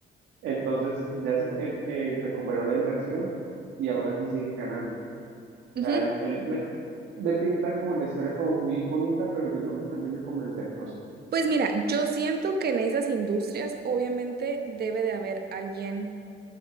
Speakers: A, on the right; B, on the right.
A: Entonces ya se- eh, eh, recuperó la inversión y aún así sigue ganando. O
B: ujú.
A: sea, él, él me, me pinta como la historia como muy bonita, pero yo no me termino de convencer, no sé.
B: Pues mira, yo siento que en esas industrias obviamente debe de haber alguien